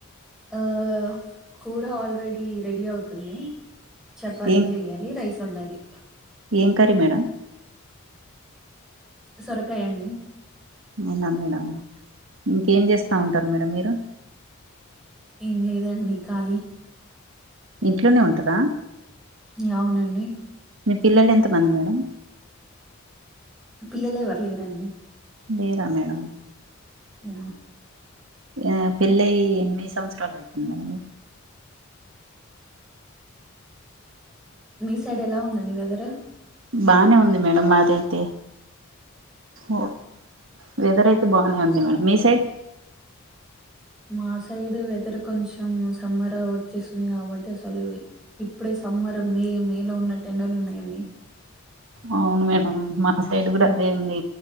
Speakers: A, in the centre; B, on the right (about 65°).
A: ఆ కూర ఆల్రెడీ రెడీ అవుతుంది. చపాతి
B: ఏం
A: జేయ్యాలి రైస్ వండాలి.
B: ఏం కర్రీ మేడం?
A: సొరకాయండి.
B: అవునా మేడం ఇంకేం చేస్తా ఉంటారు మేడం మీరు?
A: ఏం లేదండి ఖాళీ
B: ఇంట్లోనే ఉంటదా?
A: యా అవునండి.
B: మీ పిల్లలు ఎంతమంది మేడం?
A: పిల్లలేవర్లేరండి.
B: లేేరా మేడం
A: యా
B: యా పెళ్ళై ఎన్ని సంవత్సరాలు అయితుంది మేడం?
A: మీ సైడ్ ఎలా ఉందండి వెథరు?
B: బానే ఉంది మేడమ్ మాదైతే ఓ వెథర్ అయి బావున్నయంది మేడం మీ సైడ్?
A: మా సైడ్ వెథర్ కొంచెం సమ్మర్ వచ్చేస్తుంది కాబట్టి అసలు ఇ ఇప్పుడే సమ్ అమ్మరు మే మేలో ఉన్నట్టు ఎండళ్లు ఉన్నాయండి.
B: అవును మేడం మా సైడ్ గూడా అదే ఉంది.